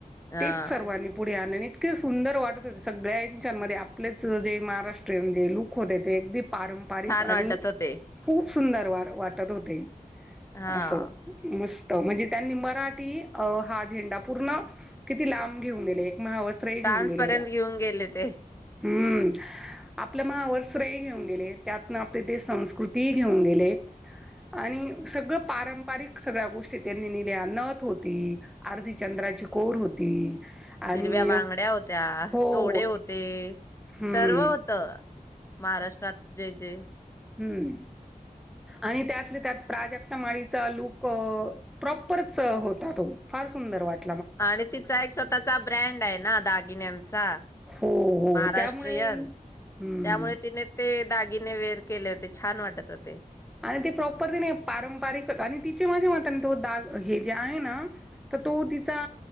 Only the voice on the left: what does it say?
हां,
छान वाटत
होते.
हां,
फ्रान्सपर्यंत
घेऊन गेले ते.
हिरव्या बांगड्या होत्या,
तोडे होते,
सर्व होत. महाराष्ट्रात जे जे
आणि तिचा एक स्वतःचा ब्रँड आहे ना दागिन्यांचा.
महाराष्ट्रीयन.
त्यामुळे तिने ते दागिने वेअर केले होते. छान वाटत होते.